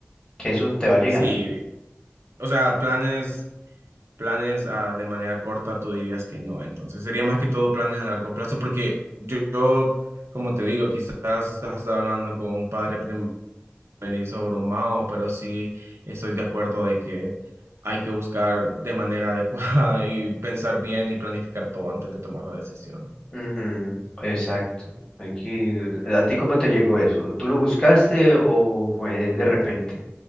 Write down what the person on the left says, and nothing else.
que eso te va llegando.
Ujú, exacto. Hay que- ¿A ti cómo te llegó eso? ¿Tú lo buscaste o fue de repente?